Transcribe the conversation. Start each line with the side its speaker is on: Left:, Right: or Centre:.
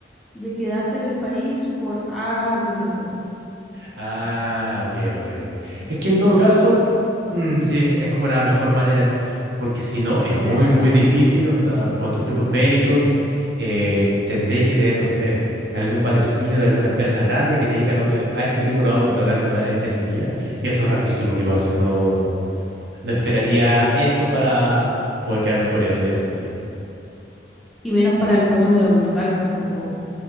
Centre: de quedarte en el país por harto tiempo.
Right: Ah, ok, ok, ok. Es que en todo caso, mm, sí, es como la mejor manera, porque si no, es
Centre: Sí.
Right: muy, muy difícil, onda, con tus propios méritos, eh, tendréis que tener, no sé, algún patrocinio de alguna empresa grande que te diga, no, te- a este tipo lo van a contratar de manera indefinida, y eso es rarísimo que pase, no, no esperaría eso para poder quedarme en Corea, no tiene sentido.
Centre: Y menos para el común de los mortales tampoco,